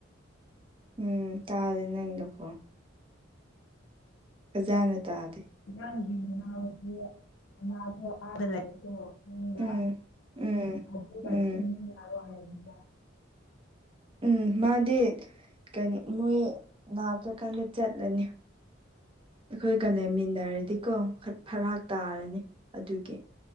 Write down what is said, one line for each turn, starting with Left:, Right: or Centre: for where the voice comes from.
Right: ꯎꯝ ꯇꯥꯔꯦ ꯅꯪ ꯅꯥꯈꯣꯟ ꯐꯖꯅ ꯇꯥꯗꯦ
Left: ꯅꯪꯒꯤ ꯅꯅꯥꯎꯄꯤ ꯑꯗꯥ ꯑꯃ ꯂꯩꯕꯗꯣ ꯗ
Right: ꯎꯝ ꯎꯝ
Left: ꯑꯗꯨꯒ
Right: ꯎꯝ
Left: ꯊꯤꯃꯤꯟꯅꯔꯣ ꯍꯥꯢꯕꯅꯤꯗ
Right: ꯎꯝ ꯃꯥꯗꯤ ꯀꯩꯅꯣ ꯃꯣꯏ ꯂꯥꯛꯇ꯭ꯔꯀꯥꯟꯗ ꯆꯠꯂꯅꯤ ꯑꯩꯈꯣꯏꯒ ꯂꯩꯃꯤꯟꯅꯔꯗꯤꯀꯣ ꯐꯔꯥꯛ ꯇꯥꯔꯅꯤ ꯑꯗꯨꯒꯤ